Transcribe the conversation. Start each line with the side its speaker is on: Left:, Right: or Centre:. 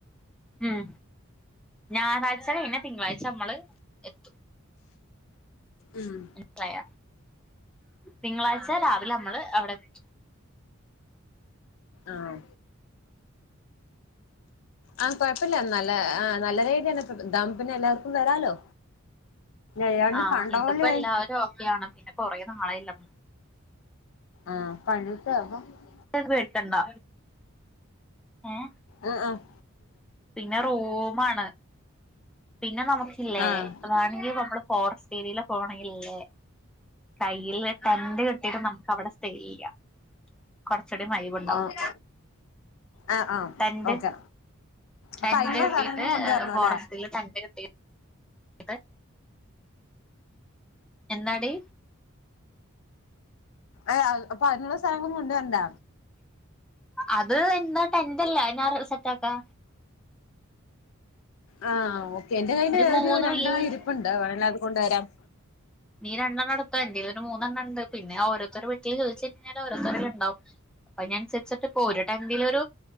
Centre: ഉം ഞായറാഴ്ച കഴിഞ്ഞ തിങ്കളാഴ്ച നമ്മള് എത്തും
Left: ഉം
Centre: മനസിലായ തിങ്കളാഴ്ച രാവിലെ നമ്മള് അവിടെ എത്തും
Left: ആഹ് ആഹ കൊഴപ്പില്ല നല്ല ആ നല്ല രഡന്ന ദ പിന്നെ എല്ലാവർക്കും വരാലോ എല്ലാണ്ട്
Centre: ആഹ്
Left: പണ്ടപോലെ
Centre: ഇതിപ്പോ എല്ലാവരും ഓക്കെയാണ് പിന്നെ കൊറേ നാളയിലെ
Left: ആഹ <unintelligible>
Centre: <unintelligible> ഏഹ്
Left: ആഹ് ആഹ്
Centre: പിന്നെ റൂമാണ് പിന്നെ നമുക്കില്ലേ
Left: ആഹ്
Centre: വേണെങ്കി നമ്മള് ഫോറസ്റ്റ് ഏരിയയില പോണെങ്കിൽല്ലേ കയ്യിൽ ടെന്റ് കെട്ടിട്ട് നമുക്ക് അവിടെ സ്റ്റേ ചെയ്യാം കൊറച്ചൂടി വൈബ് ണ്ടാവും
Left: ആഹ് ആഹ് ആഹ് ആഹ്
Centre: ടെൻ്റ്
Left: ഓക്കെ
Centre: ടെൻ്റ്
Left: അപ്പൊ അയിനുള്ള
Centre: കേട്ടിട്ട്
Left: സാധനങ്ങൾ കൊണ്ടുവരണം
Centre: ഫോറസ്റ്റിൽ
Left: അല്ലേ
Centre: ടെൻ്റ് കെട്ടിട്ട് ഇത് എന്താടി
Left: ആഹ് അപ്പൊ അതിനുള്ള സ്ഥലങ്ങളൊന്നും കൊണ്ടുവരണ്ട
Centre: അത് ഇന്ന ടെൻറ്ല്ല അഹ് ഞാൻ സെറ്റ് ആക്കാ
Left: ആഹ് ഓക്കെ എന്റെ കയ്യിൽ
Centre: മൂന്ന്
Left: ഒരു രണ്ടെണ്ണം
Centre: വല്യ
Left: ഇരിപ്പ്ണ്ട് വേണെല്ല അത് കൊണ്ട് വരാം
Centre: നീ രണ്ടെണ്ണംടുത്ത എന്ൽ ഒരു മൂന്നെണ്ണം ഉണ്ട് പിന്നെ ഓരുത്തരു വട്ടി ചോദിച്ച കഴിഞ്ഞാ ഓരോത്തരുണ്ടാവും അപ്പൊ ഇതിന അനുസരിച്ചിട്ട് ഒരുടടെെങ്കിലും ഒരു